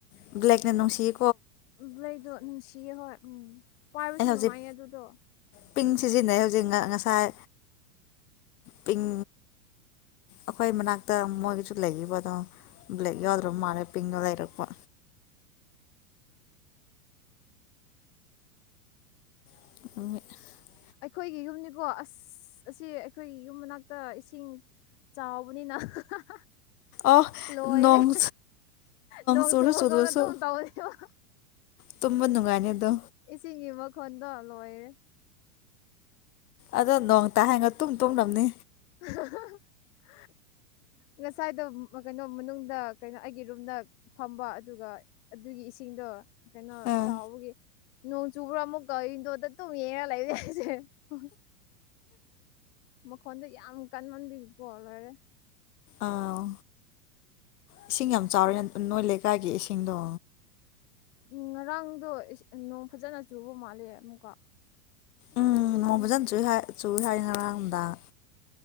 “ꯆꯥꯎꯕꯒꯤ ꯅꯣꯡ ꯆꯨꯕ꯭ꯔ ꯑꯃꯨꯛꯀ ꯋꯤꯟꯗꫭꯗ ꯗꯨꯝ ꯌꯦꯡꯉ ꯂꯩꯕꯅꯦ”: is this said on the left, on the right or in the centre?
Left